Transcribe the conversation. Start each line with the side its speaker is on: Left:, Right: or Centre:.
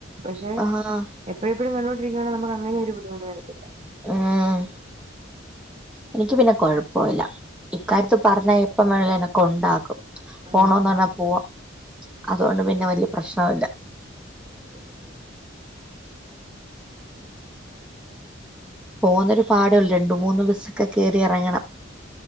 Right: പക്ഷെ
Centre: ആഹ്
Right: എപ്പോഴും എപ്പഴും കണ്ടോണ്ടി <unintelligible> അങ്ങനെയൊരു ബുദ്ധിമുട്ട് വരത്തില്ല
Centre: മ്മ് എനിക്ക് പിന്നെ കൊഴപ്പില്ല ഇക്കാര്യത്തി പറഞ്ഞാൽ എപ്പം വേണെലും എന്നെ കൊണ്ടാക്കും
Right: ഉം
Centre: പോണോന്ന്
Right: ഉം
Centre: പറഞ്ഞാ പോവാം അതൊണ്ട്
Right: ഉം
Centre: പിന്നെ വലിയ പ്രശ്നവില്ല
Right: <unintelligible>
Centre: പോകുന്നൊരു പാടെ ഉള്ളു രണ്ട് മൂന്ന് ബസ്സൊക്കെ കയറി ഇറങ്ങണം